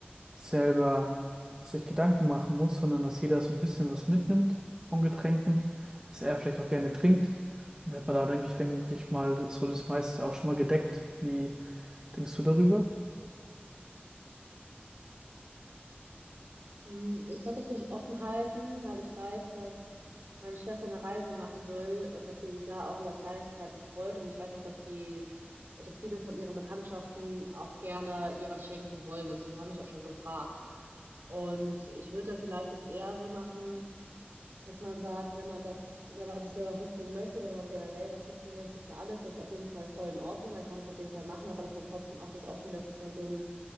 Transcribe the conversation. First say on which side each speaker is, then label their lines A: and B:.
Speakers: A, on the right; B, on the right.
A: selber sich Gedanken machen muss, sondern dass jeder so ein bisschen was mitnimmt von Getränken, was er vielleicht auch gerne trinkt. Dann hätte man da, denke ich, denke ich mal, so das meiste auch schon mal gedeckt. Wie denkst du darüber?
B: Mm, Ich glaube, das würde ich offen halten, weil ich weiß, dass meine Schwester eine Reise machen will und dass sie sich da auch über Kleinigkeiten freut. Und ich weiß auch, dass die, dass viele von ihren Bekanntschaften auch gerne ihr was schenken wollen. Also die haben mich auch schon gefragt. Und ich würde da vielleicht das eher so machen. dass man sagt, wenn man das, wenn man sich selber was mitbringen möchte oder wenn man generell was mitbringen möchte für alles, das ist auf jeden Fall voll in Ordnung, da kann man es auf jeden Fall machen, aber dass man trotzdem auch das offen lässt, dass man so einen,